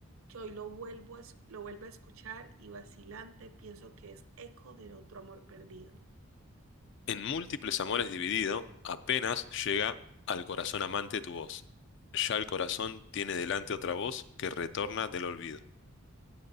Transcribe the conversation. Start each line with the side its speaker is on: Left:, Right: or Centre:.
Right: que hoy lo vuelvo, a es- lo vuelvo a escuchar y vacilante pienso que es eco de otro amor perdido.
Left: En múltiples amores dividido, apenas llega al corazón amante tu voz. Ya el corazón tiene delante otra voz que retorna del olvido.